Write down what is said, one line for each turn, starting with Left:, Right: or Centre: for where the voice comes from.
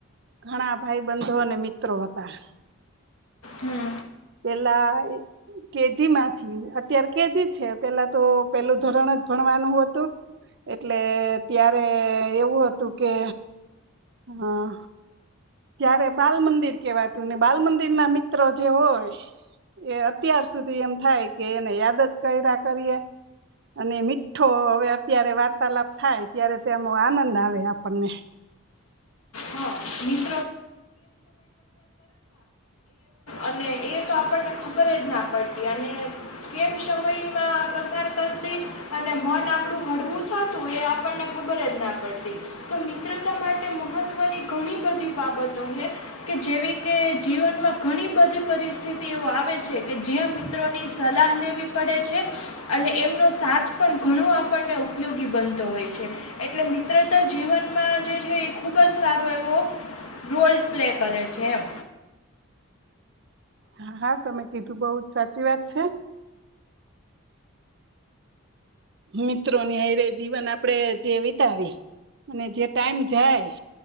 Right: ઘણા ભાઈ બંધો અને મિત્રો હતા.
Left: હમ
Right: પેલા કેજી માંથી અત્યારે કેજી છે પેલા તો પેલું ધરણ જ ભણવાનું હતું, એટલે ત્યારે એવું હતું કે હા. ત્યારે બાલ મંદિર કેવાતું ને બાલ મંદિર ના મિત્રો જે હોય, એ અત્યાર સુધી એમ થાય કે એને યાદ જ કર્યા કરીએ, અને મીઠો હવે અત્યારે વાર્તાલાપ થાય ત્યારે તેનો આનંદ આવે આપણને.
Left: હા એ અને એ તો આપણને ખબર જ ના પડતી અને કેમ સમયમાં પસાર કરતી અને મન આપણું હળવું થતું એ આપણને ખબર જ ના પડતી તો મિત્રતા માટે મહત્વની ઘણી બધી <unintelligible> બાબતો છે, કે જેવી કે જીવનમાં ઘણી બધી પરિસ્થિતિ એવ આવે છે કે જ્યાં મિત્રોની સલાહ લેવી પડે છે, અને એમનો સાથ પણ ઘણો આપણને ઉપયોગી બનતો હોય છે, એટલે મિત્રતા જીવનમાં જે છે એ ખુબ જ સારો એવો રોલ પ્લે કરે છે એમ.
Right: હા હા તમે કીધું બહ જ સાચી વાત છે. મિત્રોની હ ર જીવન આપડે જે વિતાવી, અને જે ટાઈમ જાય